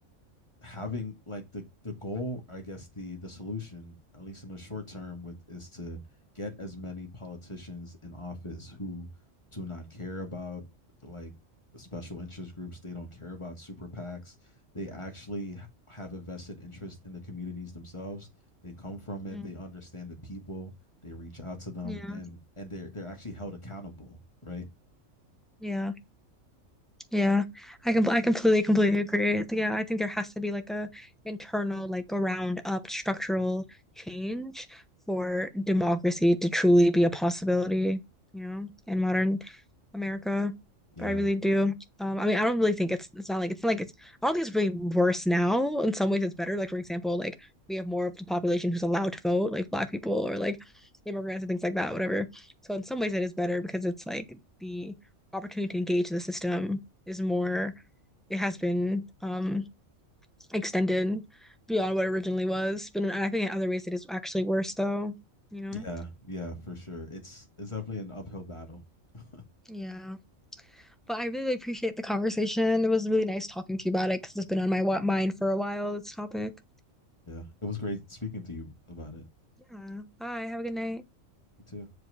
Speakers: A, on the left (about 20°); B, in the centre.
A: having like the the goal i guess the the solution at least in the short term with is to get as many politicians in office who do not care about like special interest groups they don't care about super pacs they actually have a vested interest in the communities themselves they come from it
B: Mm,
A: they understand the people they reach out to them
B: Yeah.
A: and and they're they're actually held accountable right
B: Yeah. Yeah, I can I completely completely agree. Yeah, I think there has to be like a internal like a round up structural change for democracy to truly be a possibility, you know, in modern America.
A: yeah
B: I really do. Um, I mean, I don't really think it's it's not like it's not like it's I don't think it's really worse now. In some ways, it's better. Like for example, like we have more of the population who's allowed to vote, like Black people or like immigrants and things like that, whatever. So in some ways, it is better because it's like the opportunity to engage the system is more. It has been um extended beyond what it originally was, but I think in other ways it is actually worse though, you know?
A: yeah yeah for sure it's it's definitely an uphill battle <laughs>
B: Yeah. But I really appreciate the conversation. It was really nice talking to you about it because it's been on my mind for a while, this topic.
A: Yeah, it was great speaking to you about it.
B: Yeah. Bye. Have a good night.
A: Me too.